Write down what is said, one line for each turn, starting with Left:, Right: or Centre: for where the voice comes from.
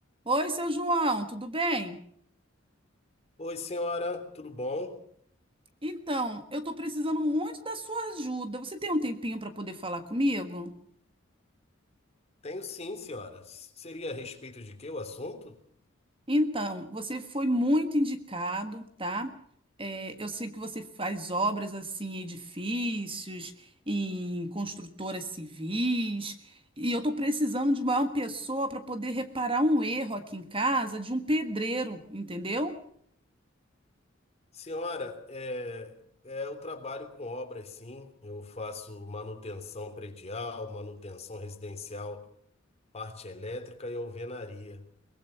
Right: Oi, seu João, tudo bem?
Left: Oi, senhora, tudo bom?
Right: Então, eu tô precisando muito da sua ajuda. Você tem um tempinho para poder falar comigo?
Left: Tenho sim, senhora. S- Seria a respeito de que o assunto?
Right: Então, você foi muito indicado, tá? É, eu sei que você faz obras assim em edifícios, em construtoras civis, e eu tô precisando de uma pessoa para poder reparar um erro aqui em casa de um pedreiro, entendeu?
Left: Senhora, é, é, eu trabalho com obras, sim. Eu faço manutenção predial, manutenção residencial, parte elétrica e alvenaria.